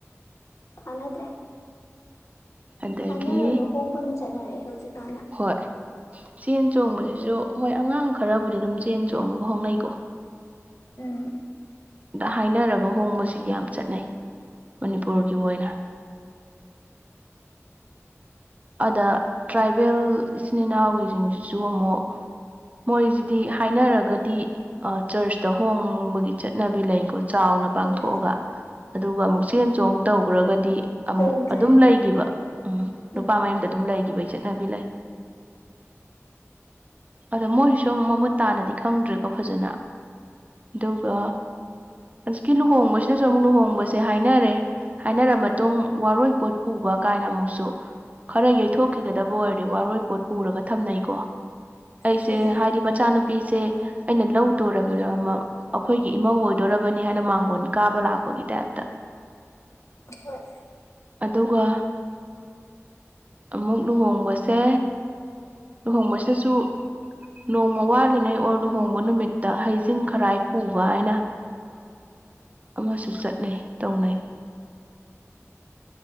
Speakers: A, on the left (about 80°); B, on the right (about 30°).
A: ꯐꯥꯅꯗ꯭ꯔꯦ
B: ꯑꯗꯒꯤ
A: ꯍꯥꯏꯅꯔꯒ ꯍꯣꯡꯕꯅ ꯆꯠꯅꯔꯛꯑꯦ ꯍꯧꯖꯤꯛꯀꯥꯟꯅ
B: ꯍꯣꯏ ꯆꯦꯟ ꯆꯣꯡꯕꯁꯤꯁꯨ ꯍꯣꯏ ꯑꯉꯥꯡ ꯈꯔꯕꯨꯗꯤ ꯑꯗꯨꯝ ꯆꯦꯟ ꯆꯣꯡꯉꯒ ꯍꯣꯡꯅꯩꯀꯣ
A: ꯎꯝ
B: ꯗ ꯍꯥꯏꯅꯔꯒ ꯍꯣꯡꯕꯁꯤ ꯌꯥꯝ ꯆꯠꯅꯩ ꯃꯅꯤꯄꯨꯔꯒꯤ ꯑꯣꯏꯅ ꯑꯗ ꯇ꯭ꯔꯥꯏꯕꯦꯜ ꯏꯆꯤꯟ ꯏꯅꯥꯎꯒꯤꯖꯤꯡꯖꯤꯖꯨ ꯑꯃꯨꯛ ꯃꯣꯏꯁꯤꯗꯤ ꯍꯥꯏꯅꯔꯒꯗꯤ ꯑ ꯆꯔ꯭ꯁꯇ ꯍꯣꯡꯕꯒꯤ ꯆꯠꯅꯕꯤ ꯂꯩꯀꯣ ꯆꯥꯎꯅ ꯄꯥꯡꯊꯣꯛꯑꯒ
A: ꯎꯝ
B: ꯑꯗꯨꯒ ꯑꯃꯨꯛ ꯆꯦꯟ ꯆꯣꯡ ꯇꯧꯒ꯭ꯔꯒꯗꯤ ꯑꯃꯨꯛ
A: ꯍꯣꯡꯗ꯭ꯔꯦ
B: ꯑꯗꯨꯝ ꯂꯩꯒꯤꯕ ꯎꯝ
A: ꯎꯝ
B: ꯅꯨꯨꯄꯥ ꯃꯌꯨꯝꯗ ꯑꯗꯨꯝ ꯂꯩꯒꯤꯕꯩ ꯆꯠꯅꯕꯤ ꯂꯩ ꯑꯗ ꯃꯣꯏꯁꯤꯁꯨ ꯑꯃꯨꯛ ꯃꯃꯨꯠ ꯇꯥꯅꯗꯤ ꯈꯪꯗ꯭ꯔꯦꯀꯣ ꯐꯖꯅ ꯑꯗꯨꯒ ꯍꯧꯖꯤꯛꯀꯤ ꯂꯨꯍꯣꯡꯕꯁꯤꯗꯁꯨ ꯑꯃꯨꯛ ꯂꯨꯍꯣꯡꯕꯁꯦ ꯍꯥꯏꯅꯔꯦ ꯍꯥꯏꯅꯔ ꯃꯇꯨꯡ ꯋꯥꯔꯣꯏꯄꯣꯠ ꯄꯨꯕ ꯀꯥꯏꯅ ꯑꯃꯨꯛꯁꯨ ꯈꯔ ꯌꯩꯊꯣꯛꯈꯤꯒꯗꯕ ꯑꯣꯏꯔꯗꯤ ꯋꯥꯔꯣꯏꯄꯣꯠ ꯄꯨꯔꯒ ꯊꯝꯅꯩꯀꯣ꯫ ꯑꯩꯁꯦ
A: ꯊꯝꯅꯩ
B: ꯍꯥꯏꯗꯤ ꯃꯆꯥꯅꯨꯄꯤꯁꯦ ꯑꯩꯅ ꯂꯧꯇꫭꯔꯕꯤꯔ ꯃ ꯑꯈꯣꯏꯒꯤ ꯏꯃꯧ ꯑꯣꯏꯗꯣꯔꯕꯅꯤ ꯍꯥꯏꯅ ꯃꯥꯡꯒꯣꯟ ꯀꯥꯕ ꯂꯥꯛꯄꯒꯤ ꯇꯥꯏꯞꯇ꯫
A: ꯍꯣꯏ
B: ꯑꯗꯨꯒ ꯑꯃꯨꯛ ꯂꯨꯍꯣꯡꯕꯁꯦ ꯂꯨꯍꯣꯡꯕꯁꯤꯗꯁꯨ ꯅꯣꯡꯃ ꯋꯥꯠꯂꯤꯉꯩ ꯑꯣꯔ ꯂꯨꯍꯣꯡꯕ ꯅꯨꯃꯤꯠꯇ ꯍꯩꯖꯤꯡ ꯈꯔꯥꯏ ꯄꯨꯕ ꯍꯥꯏꯅ ꯑꯃꯁꯨ ꯆꯠꯅꯩ ꯇꯧꯅꯩ꯫